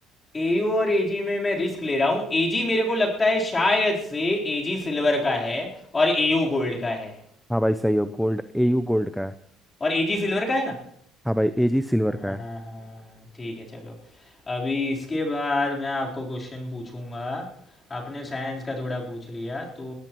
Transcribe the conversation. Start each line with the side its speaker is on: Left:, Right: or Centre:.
Left: ए यू और ए जी में मैं रिस्क ले रहा हूँ ए जी मेरे को लगता है शायद से ए जी सिल्वर का है और ए यू गोल्ड का है
Centre: हाँ भाई सही हो गोल्ड ए यू गोल्ड का है
Left: और ए जी सिल्वर का है ना
Centre: हाँ भाई ए जी सिल्वर का
Left: हाँ
Centre: है
Left: हाँ ठीक है चलो अभी इसके बाद मैं आपको क्वेश्चन पूछूंगा आपने साइंस का थोड़ा पूछ लिया तो